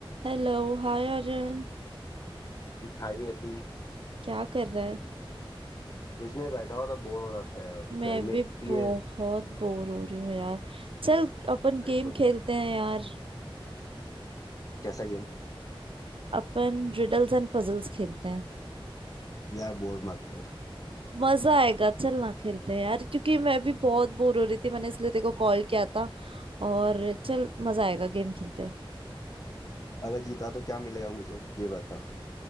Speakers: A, on the right; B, on the left.
A: हेलो हाय अर्जुन
B: खाई नहीं आती
A: क्या कर रहा है
B: कुछ नहीं बैठा हुआ था बोर हो रहा था यार
A: मैं
B: गर्मी
A: भी
B: इतनी
A: बहुत
B: है
A: बोर हो रही हूँ यार चल अपन
B: बैठो।
A: गेम खेलते हैं यार
B: कैसा गेम
A: अपन रिडल्स एंड पजल्स खेलते हैं
B: यार बोर मत कर
A: मजा आएगा चल ना खेलते हैं यार क्योंकि मैं भी बहुत बोर हो रही थी मैंने इसलिए तेरे को कॉल किया था और चल मजा आएगा गेम खेलते हैं
B: अगर जीता तो क्या मिलेगा मुझे ये बता